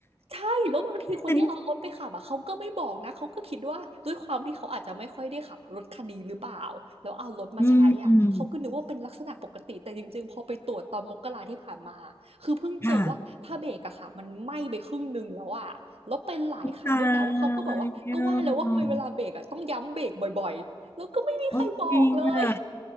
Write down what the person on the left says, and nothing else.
อันนี้อืมอืมค่ะตายเนี่ยโอ้จริงอ่ะ